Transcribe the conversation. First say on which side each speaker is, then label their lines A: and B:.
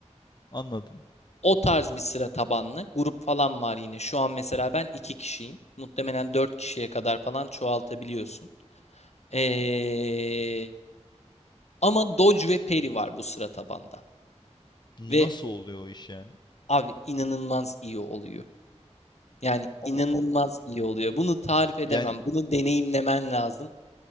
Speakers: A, on the left (about 35°); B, on the left (about 65°).
A: anladım.
B: O tarz bir sıra tabanlı. Grup falan var yine. Şu an mesela ben iki kişiyim. Muhtemelen dört kişiye kadar falan çoğaltabiliyorsun. Eee, ama Dodge ve Peri var bu sıra tabanda.
A: Nasıl
B: Ve
A: oluyor o iş yani?
B: abi inanılmaz iyi oluyor. Yani
A: Allah
B: inanılmaz
A: Allah.
B: iyi oluyor. Bunu tarif edemem.
A: Yani
B: Bunu deneyimlemen lazım.